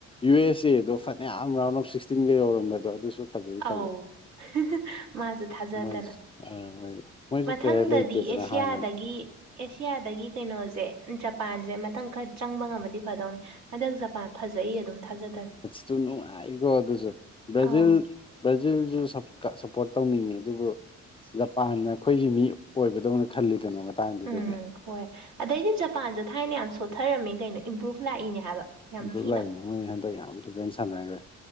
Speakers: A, on the left (about 20°); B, on the right (about 60°).
A: ꯌꯨ ꯑꯦꯁ ꯑꯦꯗꯣ ꯐꯅꯌꯥꯝ ꯔꯥꯎꯟ ꯑꯣꯐ ꯁꯤꯛꯁꯇꯤꯟꯒ ꯌꯧꯔꯝꯕꯗꯣ ꯑꯗꯨꯁꯨ ꯐꯖꯗꯤ ꯐꯖꯩ
B: ꯑꯧ ꯍꯤꯍꯤꯍꯤ ꯃꯥꯁꯨ ꯊꯥꯖꯗꯅ
A: ꯃꯣꯏꯁꯨ ꯃꯣꯏ ꯃꯣꯏꯁꯨ
B: ꯃꯊꯪꯗꯗꯤ
A: ꯄ꯭ꯂꯦꯌꯔ ꯂꯩꯇꯦꯗꯅ
B: ꯑꯦꯁꯤꯌꯥꯗꯒꯤ
A: ꯍꯥꯟꯅꯅꯦ
B: ꯑꯦꯁꯤꯌꯥꯗꯒꯤ ꯀꯩꯅꯣꯁꯦ ꯖꯄꯥꯟꯁꯦ ꯃꯊꯪ ꯈꯔ ꯆꯪꯕ ꯉꯝꯃꯗꯤ ꯐꯗꯧꯅꯤ ꯍꯟꯗꯛ ꯖꯄꯥꯟ ꯐꯖꯩ ꯑꯗꯨꯝ ꯊꯥꯖꯗꯅ
A: ꯁꯨ ꯅꯨꯡꯉꯥꯏꯀꯣ ꯑꯗꯨꯖꯨ ꯕ꯭ꯔꯥꯖꯤꯜ
B: ꯑꯧ
A: ꯕ꯭ꯔꯥꯖꯤꯜꯁꯨ ꯁꯞ ꯀ ꯁꯞꯄꯣꯔꯠ ꯇꯧꯅꯤꯡꯉꯤ ꯑꯗꯨꯕꯨ ꯖꯄꯥꯟꯅ ꯑꯩꯈꯣꯏꯒꯤ ꯃꯤ ꯑꯣꯏꯕꯗꯧꯅ ꯈꯜꯂꯤꯗꯅ ꯃꯇꯥꯡꯗꯨꯗꯗꯤ
B: ꯎꯝ ꯍꯣꯏ ꯑꯗꯩꯗꯤ ꯖꯄꯥꯟꯁꯨ ꯊꯥꯏꯅ ꯌꯥꯝ ꯁꯣꯠꯊꯔꯝꯃꯦ ꯀꯩꯅꯣ ꯏꯝꯄ꯭ꯔꯨꯚ ꯂꯥꯛꯏꯅꯦ ꯍꯥꯏꯕ ꯌꯥꯝ
A: ꯏꯝꯄ꯭ꯔꯨꯞ
B: ꯊꯤꯅ
A: ꯂꯥꯛꯏꯅꯦ ꯃꯣꯏ ꯍꯟꯗꯛ ꯌꯥꯝ ꯐꯖꯅ ꯁꯥꯟꯅꯈ꯭ꯔꯦ